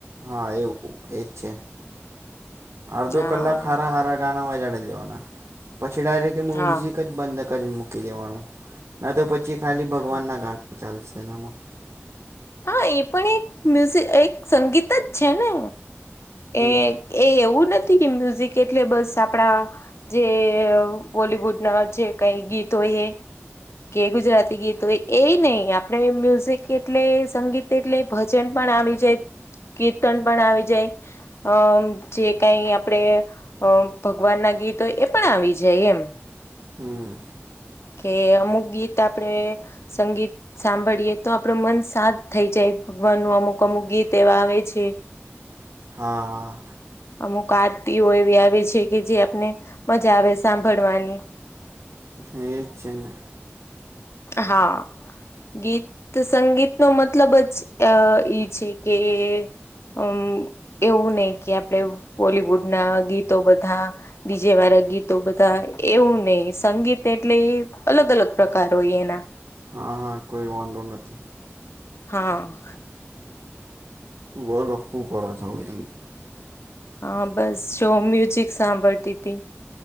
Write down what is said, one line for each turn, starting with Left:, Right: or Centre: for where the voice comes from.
Right: હા એવું એજ છે અડધો
Left: હા
Right: કલાક હારા હારા ગાના વાજડી લેવાના પછી ડાયરેક્ટ મ્યુઝિક
Left: હા
Right: જ બંધ કરી મૂકી દેવાનું ના તો પછી ખાલી ભગવાનના
Left: હા
Right: ગાના ચાલશે એનામાં
Left: હા એ પણ એક મ્યુઝ એક સંગીત જ છે ને એ
Right: હ
Left: એ એવું નથી કે મ્યુઝિક એટલે બસ આપણા. જે બોલિવુડ ના જે કઈ ગીતો હોય એ. કે ગુજરાતી ગીતો હોય એ નહી આપણે મ્યુઝિક એટલે સંગીત એટલે. ભજન પણ આવી જાય કીર્તન પણ આવી જાય અમ જે કઈ આપડે અ ભગવાન ના ગીતો હોય એ પણ આવી જાય એમ
Right: હમ
Left: કે અમુક ગીત આપડે સંગીત સાંભળીએ તો આપડું મન શાંત થઇ જાય ભગવાનનું અમુક અમુક ગીત એવા આવે છે.
Right: હા.
Left: અમુક આરતીઓ એવી આવે છે કે જે આપને મજા આવે સાંભળવાની.
Right: એજ છેને.
Left: હા. ગીત તો સંગીતનો મતલબ જ અ ઈ છે કે. અમ. એવું નહી કે આપડે બોલવુડના ગીતો બધા ડીજે વાળા ગીત તો બધા એવું નહી સંગીત એટલે અલગ-અલગ પ્રકાર હોય એના.
Right: હા હા કોઈ વાંધો નથી.
Left: હા.
Right: બોલો હું કરો છો હવે તમે.
Left: હા બસ જો મ્યુઝિક સાંભળતી હતી.